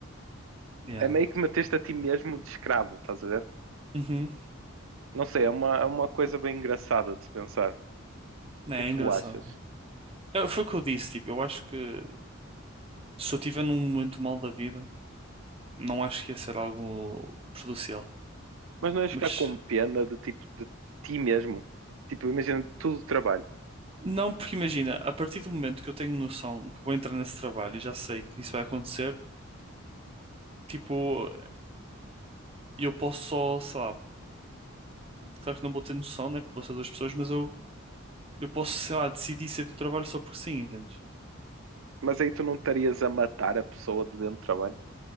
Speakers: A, on the right; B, on the right.
A: Yeah.
B: é meio que meteste a ti mesmo de escravo, estás a ver?
A: Uhum.
B: Não sei, é uma, é uma coisa bem engraçada de se pensar. O
A: É,
B: que é que
A: é engraçado.
B: tu achas?
A: É, foi o que eu disse, tipo, eu acho que se eu estiver num momento mal da vida. não acho que ia ser algo prejudicial.
B: Mas não ias
A: Mas
B: ficar com pena de tipo de ti mesmo. Tipo, imagina tudo o trabalho.
A: não, porque imagina, a partir do momento que eu tenho noção que vou entrar nesse trabalho e já sei que isso vai acontecer, tipo, eu posso só, sei lá, claro que não vou ter noção, né? Vou ser duas pessoas, mas eu, eu posso, sei lá, decidir sair do trabalho só porque sim, entendes?
B: Mas aí tu não estarias a matar a pessoa de dentro do trabalho.